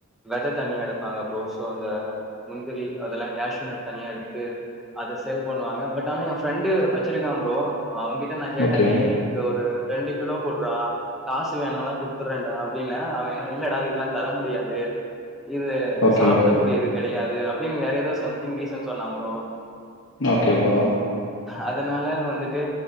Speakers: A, in the centre; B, on the left.
A: வெத தனியா எடுப்பாங்க ப்ரோ சோ அந்த முந்திரி அதெல்லா கேஷுநட் தனியா எடுத்து அத செல் பண்ணுவாங்க பட் ஆனா எ ஃப்ரெண்டு வச்சிருக்கா ப்ரோ அவங்கிட்ட நா கேட்டே
B: ஓகே.
A: டேய் எனக்கு ஒரு ரெண்டு கிலோ குட்றா காசு வேணாலா குடுத்துறேன்டா அப்டின்னே அவெ எனா இல்லடா இதுலா தர முடியாது இது
B: ஓகே,
A: சாப்டக்கூடியது
B: ஓகே.
A: கெடையா அப்டின் நெறய பேர் சம் டிங் ரீசன் சொண்ணாம் ப்ரோ
B: ஓகே ப்ரோ
A: அதனால வந்துட்டு